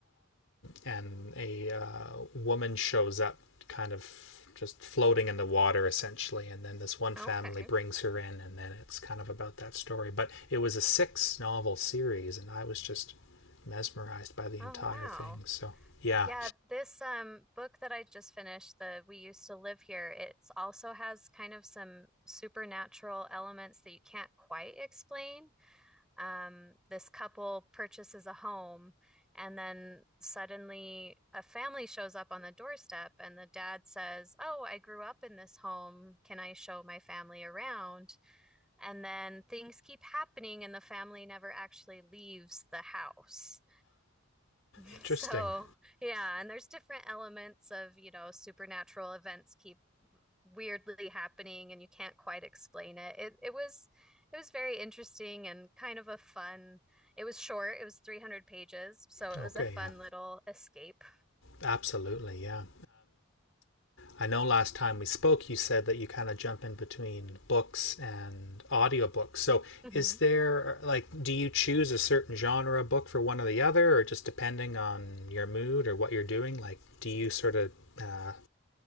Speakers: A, on the left (about 65°); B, in the centre.
A: and a uh, woman shows up, kind of just floating in the water, essentially. And then this one
B: Okay.
A: family brings her in, and then it's kind of about that story. But it was a six novel series, and I was just mesmerized by the entire
B: Oh, wow.
A: thing. So, yeah,
B: Yeah, this um book that I just finished, the We Used to Live Here, it's also has kind of some supernatural elements that you can't quite explain. Um, this couple purchases a home and then suddenly a family shows up on the doorstep and the dad says, "Oh, I grew up in this home. Can I show my family around?" And then things keep happening and the family never actually leaves the house. <laughs>
A: interesting.
B: So, yeah, and there's different elements of, you know, supernatural events keep weirdly happening and you can't quite explain it. It it was it was very interesting and kind of a fun. It was short, it was 300 pages, so it
A: Okay,
B: was a fun
A: yeah,
B: little escape.
A: absolutely, yeah. I know last time we spoke, you said that you kind of jump in between books and audiobooks. So,
B: Mhm.
A: is there, like, do you choose a certain genre book for one or the other, or just depending on your mood or what you're doing? Like, do you sort of uh,